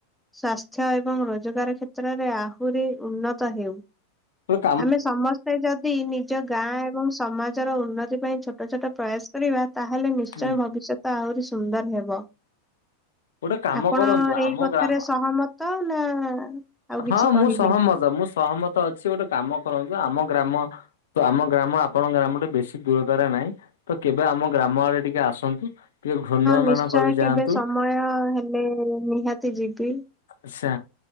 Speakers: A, in the centre; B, on the left (about 60°).
A: ସ୍ଵାସ୍ଥ୍ୟ ଏବଂ ରୋଜଗାର କ୍ଷେତ୍ରରେ ଆହୁରି ଉନ୍ନତ ହେଉ।
B: ହ
A: ଆମେ ସମସ୍ତେ ଯଦି ନିଜ ଗାଁ ଏବଂ ସମାଜର ଉନ୍ନତି ପାଇଁ ଛୋଟ ଛୋଟ ପ୍ରୟାସ ତାହେଲେ ନିଶ୍ଚୟ
B: ହୁଁ
A: ଭବିଷ୍ୟତ ଆହୁରି ସୁନ୍ଦର ହେବ।
B: ଗୋଟେ କାମ
A: ଆପଣ
B: କରନ୍ତୁ ଆମ
A: ଏଇ କଥାରେ
B: ଗ୍ରାମ
A: ସହମତ ନା ଆଉ କିଛି
B: ହଁ
A: କହିବେ?
B: ମୁଁ ସହମତ ମୁଁ ସହମ ତ ଅଛି ଗୋଟେ କାମ କରନ୍ତୁ ଆମ ଗ୍ରାମ ତ ଆମ ଗ୍ରାମ ଆପଣଙ୍କ ଗ୍ରାମ ଟେ ବେଶୀ ଦୂରତାରେ ନାହିଁ। ତ କେବେ ଆମ ଗ୍ରାମ ଆଡେ ଟିକେ ଆସନ୍ତୁ ଟିକେ ଘୃଣ୍ଣ
A: ନିଶ୍ଚୟ
B: ମାନ କରିକି
A: କେବେ
B: ଯାଆନ୍ତୁ।
A: ସମୟ ହଁ ହେଲେ ନିହାତି ଯିବି।
B: ଆଛା